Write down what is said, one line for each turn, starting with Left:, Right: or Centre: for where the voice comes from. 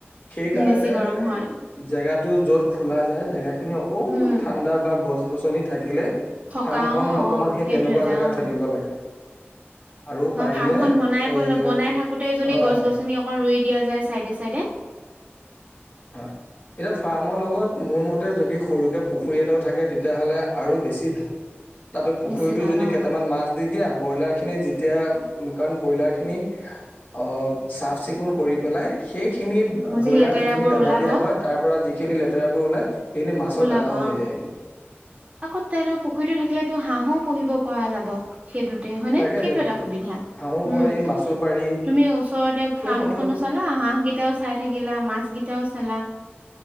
Left: সেইকাৰণে
Right: বেছি গৰম
Left: মানে
Right: হয়
Left: জেগাটো য'ত খোলা জেগাখিনি অকণমান
Right: উম
Left: ঠাণ্ডা, বা, গছ-গছনি। থাকিলে থাকিলে।
Right: থকা
Left: ফাৰ্মখনন
Right: অ
Left: অকমান
Right: অ
Left: সেই
Right: সেইটো
Left: তেনেকুৱা
Right: এটা
Left: জেগাত
Right: অ
Left: থাকিব লাগে। আৰু
Right: বা
Left: পাৰিলে
Right: ফাৰ্ম খন বনাই-পেল
Left: এই
Right: বনাই থাকোতেই যদি
Left: হয়
Right: গছ-গছনি অকন ৰুই দিয়া যাই চায়দে, চায়দে।
Left: হয়, এতিয়া ফাৰ্মৰ লগত মোৰ মতে যদি? সৰুকে পুখুৰী এটাও থাকে তেতিয়াহ'লে আৰু বেছি ভাল। তাতো পুখুৰীতো
Right: বেছি ভাল
Left: যদি
Right: অ
Left: কেইটামান মাছ দি দিয়া। ব্ৰইলাৰ খিনি যেতিয়া কাৰণ ব্ৰইলাৰ খিনি অ চাফ চিকুণ কৰি পেলাই সেইখিনি
Right: মোৰ
Left: ব্ৰইলাৰ
Right: লেতেৰাবোৰ
Left: যি দানা
Right: ওলাব
Left: দিয়া হয় তাৰ পৰা যিখিনি লেতেৰাবোৰ ওলাই সেইখিনি মাছৰ
Right: ওলাব
Left: দানাও
Right: অ
Left: হৈ যায়গে।
Right: আকৌ তেনে পুখুৰীতটো থাকিলেতো হাঁহো পু়হিব পৰা যাব। সেইটোতে হয়নে
Left: তাকে
Right: সেইটো
Left: তাকে
Right: এটা সুবিধা
Left: হাঁহো
Right: উম
Left: পাৰি মাছো পাৰি
Right: তুমি ওচৰতে
Left: তে
Right: ফাৰ্মখনো
Left: মুঠৰ
Right: চালা হাঁহকেইটাও চাই থাকিলা মাছ কেইটাও চালা।